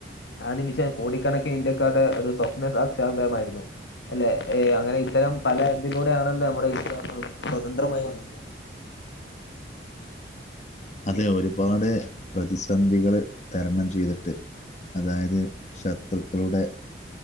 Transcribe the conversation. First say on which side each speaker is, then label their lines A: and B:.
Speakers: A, on the left; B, on the left.
A: ആ നിമിഷം കോടിക്കണക്കിന് ഇന്ത്യക്കാരുടെ ഒരു സ്വപ്ന സാക്ഷാത്കാരമായിരുന്നു അല്ലെ ഏഹ് അങ്ങനെ ഇത്തരം പല ഇതിലൂടെ ആണല്ലോ നമ്മുടെ ഇന്ത്യ സ്വതന്ത്രമായി വന്നത്
B: അതെ ഒരുപാട് പ്രതിസന്ധികള് തരണം ചെയ്തിട്ട് അതായത് ശത്രുക്കളുടെ